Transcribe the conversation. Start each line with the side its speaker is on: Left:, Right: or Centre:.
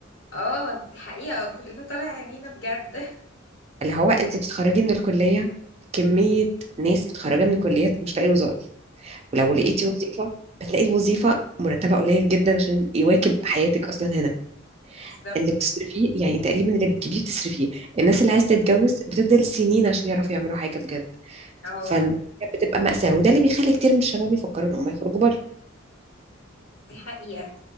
Left: اه دي حقيقة كلنا طالع عينينا بجد
Right: <laughs> اللي هو أنت بتتخرجي من الكلية كمية ناس متخرجة من الكليات مش لاقي وظائف ولو
Left: مم.
Right: لقيتي وظيفة بتلاقي الوظيفة مرتبها قليل جدا عشان يواكب حياتك أصلا هنا
Left: بالظبط
Right: اللي بتصرفيه يعني تقريبا اللي بتجيبيه بتصرفيه الناس اللي عايزة تتجوز بتفضل سنين عشان يعرفوا يعملوا حاجة بجد
Left: اه
Right: فالموضوع بتبقى مأساة وده اللي بيخلي كتير من الشباب يفكروا إن هم يخرجوا بره
Left: دي حقيقة